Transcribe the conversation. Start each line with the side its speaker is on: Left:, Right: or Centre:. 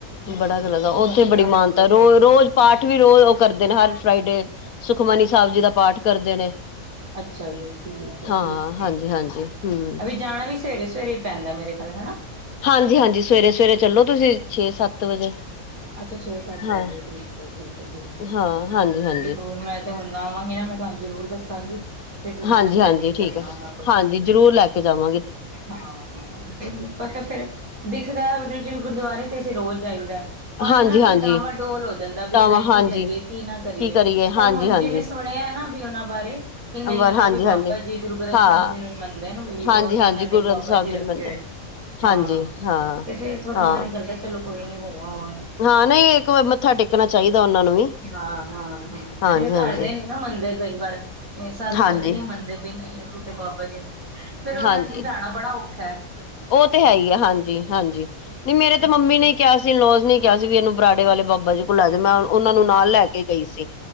Right: ਆਹੋ
Left: ਬੜਾ ਕੁ
Right: ਕਹਿੰਦੇ
Left: ਲੱਦਾ,
Right: ਸਾਨੂੰ
Left: ਉੱਥੇ ਬੜੀ
Right: ਬੜਾ ਕੁਛ
Left: ਮਾਨਤਾ
Right: ਦਿੱਤਾ
Left: ਰੋਜ਼-ਰੋਜ਼।
Right: ਸੀ।
Left: ਪਾਠ ਵੀ ਰੋਜ਼ ਉਹ ਕਰਦੇ ਨੇ ਹਰ ਫਰਾਈਡੇ, ਸੁਖਮਨੀ ਸਾਹਿਬ ਜੀ ਦਾ ਪਾਠ ਕਰਦੇ ਨੇ।
Right: ਅੱਛਾ ਜੀ, ਠੀਕ ਏ,
Left: ਹਾਂ
Right: ਠੀਕ
Left: ਹਾਂਜੀ
Right: ਏ,
Left: ਹਾਂਜੀ ਹਮ
Right: ਐ ਵੀ ਜਾਣਾ ਵੀ ਸਵੇਰੇ ਸਵੇਰੇ। ਪੈਂਦਾ ਮੇਰੇ ਖਿਆਲ ਹੇਨਾ?
Left: ਹਾਂਜੀ-ਹਾਂਜੀ ਸਵੇਰੇ-ਸਵੇਰੇ ਚੱਲੋ ਤੁਸੀਂ ਛੇ-ਸੱਤ ਵਜੇ।
Right: ਅੱਛਾ, ਛੇੱ ਸਤ
Left: ਹਾਂ
Right: ਵਜੇ ਠੀਕ ਏ, ਠੀਕ ਏ, ਠੀਕ। ਹੈ।
Left: ਹਾਂ, ਹਾਂਜੀ-ਹਾਂਜੀ।
Right: ਜ਼ਰੂਰ ਮੈਂ ਤੇ ਹੁੰਨ ਆਵਾਂਗੀ ਨਾ ਮੈਂ ਤੁਹਾਨੂੰ ਜ਼ਰੂਰ ਦੱਸਾਂਗੀ, ਫੇਰ ਤੁਸੀਂ
Left: ਹਾਂਜੀ
Right: ਮੈਨੂੰ
Left: ਹਾਂਜੀ
Right: ਲੈ ਕੇ
Left: ਠੀਕ
Right: ਚੱਲਣਾ
Left: ਹੈ
Right: ਹੋਣਾ ਕੋਲ।
Left: ਹਾਂਜੀ, ਜ਼ਰੂਰ ਲੈ ਕੇ ਜਾਵਾਂ।
Right: ਹਾਂ, ਪਤਾ ਫੇਰ ਦਿਖਦਾ ਜਿਵੇਂ ਗੁਰਦੁਆਰੇ ਤੇ ਅਸੀਂ ਰੋਜ਼ ਜਾਈਦਾ, ਮੰਨ
Left: ਹਾਂਜੀ
Right: ਨਾ
Left: ਹਾਂਜੀ
Right: ਫੇਰ ਡਾਂਵਾ ਡੋਲ ਹੋ ਜਾਂਦਾ ਵੀ
Left: ਤਾਂਵਾਂ
Right: ਹਾਏ
Left: ਹਾਂਜੀ
Right: ਕੀ ਕਰੀਏ? ਕੀ ਨਾ ਕਰੀਏ?
Left: ਕੀ
Right: ਪਰ
Left: ਹਾਂਜੀ
Right: ਹੁਣ
Left: ਹਾਂਜੀ
Right: ਜਿਵੇਂ ਸੁਣਿਯਾ ਨਾ ਵੀ ਉਹਨਾਂ ਬਾਰੇ ਕਿ ਨਹੀਂ
Left: ਅੰਬਰ
Right: ਉਹ
Left: ਹਾਂਜੀ
Right: ਵੀ ਬਾਬਾ
Left: ਹਾਂਜੀ
Right: ਜੀ ਗੁਰੂ ਗ੍ਰੰਥ
Left: ਹਾਂ
Right: ਸਾਹਿਬ ਜੀ ਨੂੰ ਈ ਮੰਨਦੇ ਨੇ ਵੀ
Left: ਹਾਂਜੀ
Right: ਔਰ। ਉਹਨਾਂ
Left: ਹਾਂਜੀ ਗੁਰੂ
Right: ਨੇ
Left: ਗ੍ਰੰਥ
Right: ਬਾਬਾ
Left: ਸਾਹਿਬ
Right: ਜੀ ਰੱਖੇ
Left: ਨੂੰ ਮੰਦਰ
Right: ਹੋਏ ਨੇ। ਹਾਂ,
Left: ਹਾਂਜੀ ਹਾਂ
Right: ਤੇ ਫੇਰ ਥੋੜਾ
Left: ਹਾਂ
Right: ਮਨ ਕਰਦਾ ਚਲੋ। ਕੋਈ ਨੀ ਹੋ ਆਂਵਾਂਗੇ।
Left: ਹਾਂ ਨਹੀਂ ਇੱਕ ਵਾਰੀ ਮੱਥਾ ਟੇਕਣਾ ਚਾਹੀਦਾ ਉਹਨਾਂ ਨੂੰ ਵੀ।
Right: ਹਾਂ ਹਾਂ ਹਾਂ
Left: ਹਾਂਜੀ
Right: ਜਿਵੇਂ ਤੁਹਾਡੇ
Left: ਹਾਂਜੀ
Right: ਨੇ ਨਹੀ ਨਾ ਮੰਨਦੇ ਕਈ ਵਾਰ। ਮੇਰੇ ਸੱਸ
Left: ਹਾਂਜੀ
Right: ਸੋਰੇ ਨੀ ਮੰਨਦੇ ਬਈ ਨਹੀ ਅਸੀਂ ਤੇ ਬਾਬਾ ਜੀ ਨੂੰ ਫੇਰ ਉਨਾ
Left: ਹਾਂਜੀ
Right: ਨੂੰ ਸਮਝਾਣਾ ਬੜਾ ਔਖਾ।
Left: ਉਹ ਤੇ ਹੈ ਈ ਏ ਹਾਂਜੀ-ਹਾਂਜੀ ਨਹੀਂ ਮੇਰੇ
Right: ਹੈ
Left: ਤੇ ਮੰਮੀ ਨੇ ਕਿਹਾ ਸੀ ਇਨ ਲਾਜ਼ ਨੇ ਹੀ ਕਿਹਾ ਸੀ ਵੀ ਇਹਨੂੰ ਬਰਾੜੇ ਵਾਲੇ ਬਾਬਾ ਜੀ ਕੋੁਲ ਲੈਜੋ। ਮੈਂ ਉਹਨਾ ਨੂੰ ਨਾਲ ਲੈ ਕੇ ਗਈ ਸੀ।